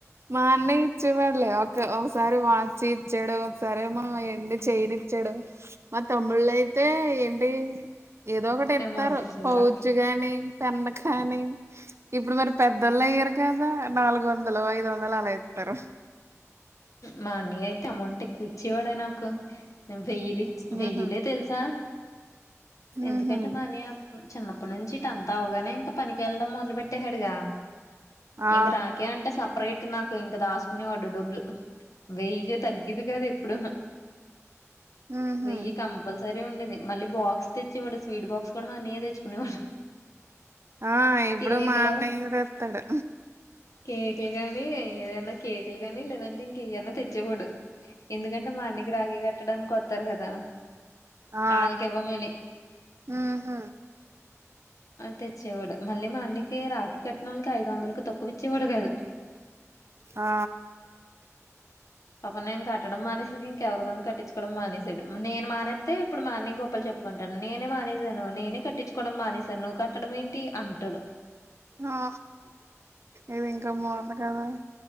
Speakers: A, on the right (about 55°); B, on the left (about 80°).
A: మా అన్నయ్య ఇచ్చేవాడ్ లే ఒకసారి వాచ్ ఇచ్చాడు ఒకసారేమో ఎండి చైన్ ఇచ్చాడు మా తముళ్ళయితే ఏంటి ఏదో ఒకటి ఇత్తారు
B: అమౌంట్ ఇచ్చేవారా
A: పౌచ్ గాని పెండ కాని ఇప్పుడు మరి పెద్దోళ్ళు అయ్యారు కదా నాలుగు వందలు ఐదు వందలు అల ఇత్ తరు
B: మా అన్నయ్య అయితే అమౌట్ ఎక్కువ ఇచ్చేవాడే నాకు వెయ్యిలిచ్
A: ఉహు
B: వెయ్యిలే తెలుసా ఎందుకంటే
A: ఉహు
B: మా అన్నయ్య చిన్నప్పటి నుంచి ఇట అంతా అవుగానే ఇంకా పనికి వెళ్ళడం మొదలు పెట్టేసాడుగా
A: ఆ
B: ఇంక రాఖీ అంటే సపరేట్ నాకు ఇంకా దాసుకునేవాడు డబ్బులు వెయ్యికి తగ్గిదు కాదు ఎప్పుడును
A: ఉహు
B: వెయ్యి కంపల్స ఉండేది మళ్ళీ బాక్స్ తెచ్చివాడు స్వీట్ బాక్స్ కూడా మా అన్నయే తెచ్చుకునేవాడు
A: ఆ ఇప్పుడు
B: కేకులు
A: మా అన్నయ్య వస్తాడు
B: కేకులు గానీ ఏదనా కేకులు గానీ లేదంటే ఇంక ఏవన్నా తెచ్చేవడు ఎందుకంటే మా అన్నకి రాగి కట్టడానికి వస్తారు కదా
A: ఆ
B: ఆళ్ళకి ఇవ్వమని
A: ఉహ్
B: తెచ్చేవాడు మళ్ళీ మా అన్నికి రాఖీ కట్నాలకి ఐదు వందలకు తక్కు ఇచ్చేవాడు కాదు
A: ఆ
B: పప నేను కట్టడం మానేసిడు ఇంకెవరుదో కట్టించకోడం మానేసాడు నేను మానేస్తతే ఇప్పుడు మార్ని గోపాల్ చెట్ చెప్పుకుంటాను నేనే మానేసాను నేనే కట్టించుకోవడం మానేశాను నువ్వు కట్టడం ఏంటి అంటాడు
A: ఆ ఇది ఇంకా మన్ కదా